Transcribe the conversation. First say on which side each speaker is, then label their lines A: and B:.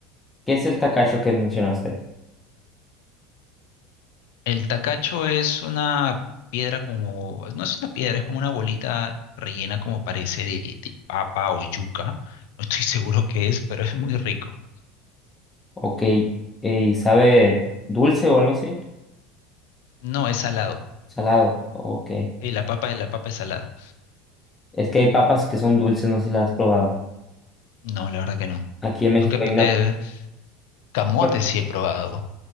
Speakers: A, on the left (about 15°); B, on the left (about 75°).
A: ¿qué es el tacacho que mencionaste?
B: El tacacho es una piedra como, no es una piedra, es como una bolita rellena como parece de, de papa o yuca. No estoy <laughs> seguro qué es, pero es muy rico.
A: Ok, eh, ¿sabe dulce o algo así?
B: No, es salado.
A: Salado, ok.
B: Sí, la papa, la papa es salada.
A: Es que hay papas que son dulces, no sé si las has probado.
B: No, la verdad que no.
A: Aquí en México
B: Nunca, he
A: hay
B: pr-
A: una...
B: eh, camote
A: bueno,
B: sí he probado,